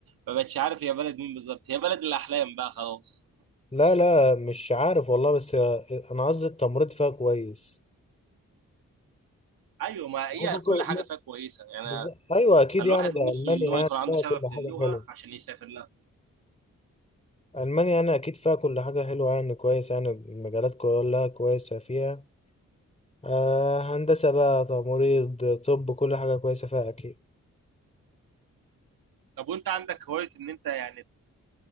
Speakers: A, on the right; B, on the left.
A: ما بقتش عارف هي بلد مين بالظبط هي بلد الأحلام بقى خلاص
B: لا لا مش عارف والله بس انا قصدي التمريض فيها كويس
A: أيوه ما هي
B: ممكن يكون-
A: كل حاجة فيها كويسة يعني
B: بز- ايوه اكيد
A: فالواحد
B: يعني ده
A: نفسه
B: المانيا
A: إن هو
B: يعني
A: يكون عنده
B: فيها
A: شغف
B: كل
A: للغة
B: حاجه حلوه
A: عشان يسافر لها
B: المانيا انا اكيد فيها كل حاجه حلوه يعني كويس يعني المجالات كلها كويسه فيها آه هندسه بقى تمريض طب كل حاجه كويسه فيها اكيد
A: طب وأنت عندك هواية إن أنت يعني